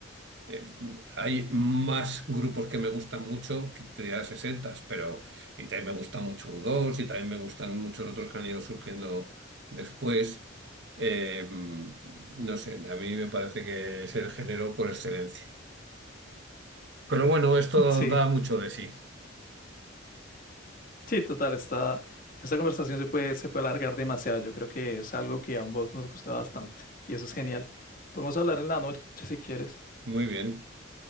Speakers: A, on the right (about 55°); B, on the left (about 40°).
A: eh, hay más grupos que me gustan mucho que te dirá 60, pero y también me gusta mucho u dos y también me gustan muchos otros que han ido surgiendo después. Eh, mm, no sé, a mí me parece que es el género por excelencia. Pero bueno, esto
B: sí,
A: da mucho de sí.
B: Sí, total, esta, esta conversación se puede, se puede alargar demasiado. Yo creo que es algo que a ambos nos gusta bastante y eso es genial. Podemos hablar en la noche si quieres.
A: Muy bien.